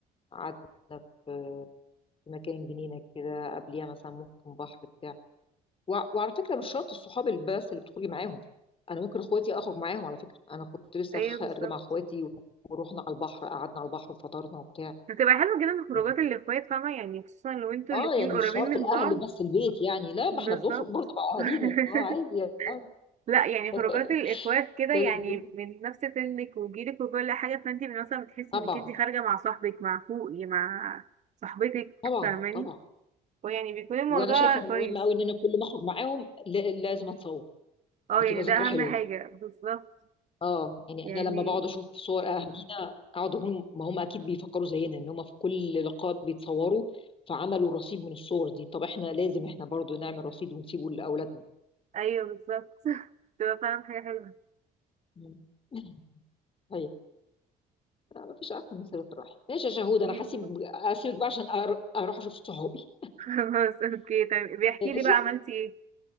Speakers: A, on the left; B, on the right.
A: قعدنا في مكان جنينة كده قبليها مثلا ممكن بحر بتاع وع- وعلى فكره مش شرط الصحاب اللي بس اللي بتخرجي معاهم انا ممكن اخواتي اخرج معاهم على فكره انا كنت لسه
B: ايوه
A: خارجه
B: بالظبط
A: مع اخواتي و- ورحنا على البحر قعدنا على البحر وفطرنا وبتاع
B: بتبقى حلوة جدا خروجات
A: يعني
B: الإخوات فاهمة يعني خصوصا لو انتوا
A: اه
B: الاتنين
A: يعني
B: قريبين
A: مش شرط
B: من
A: الاهل
B: بعض
A: بس البيت يعني لا
B: بالظبط
A: ما احنا بنخرج برضه مع
B: <laughs>
A: اهالينا اه عادي يعني
B: لا يعني
A: <laughs>
B: خروجات الإخوات كده
A: لازم
B: يعني
A: يكون-
B: من نفس سنك وجيلك وكل حاجة فانت مثلا بتحسي
A: طبعا
B: انك انت خارجة مع صاحبك مع فوقي مع صاحبتك
A: طبعا
B: فاهماني
A: طبعا
B: ويعني بيكون الموضوع
A: وانا شايفه
B: كويس
A: انه مهم قوي ان انا كل ما اخرج معاهم لا- لازم اتصور
B: اه
A: بتبقى
B: يعني
A: ذكرى
B: ده أهم
A: حلوه
B: حاجة بالظبط
A: اه يعني
B: يعني
A: انا لما بقعد اشوف صور اهالينا اقعد اقول ما هم اكيد بيفكروا زينا ان هم في كل لقاء بيتصوروا فعملوا رصيد من الصور دي طب احنا لازم احنا برضو نعمل رصيد ونسيبه لاولادنا
B: أيوه بالظبط <laughs> تبقى فعلا حاجة حلوة
A: مم. <laughs> طيب ما فيش احسن من صله الرحم ماشي يا شهود
B: أكيد
A: انا هسيب
B: والله.
A: هسيبك بقى عشان أر- اروح اشوف صحابي
B: <laughs> خلاص اوكي طيب بيحكي
A: ماشي
B: لي بقى عملتي ايه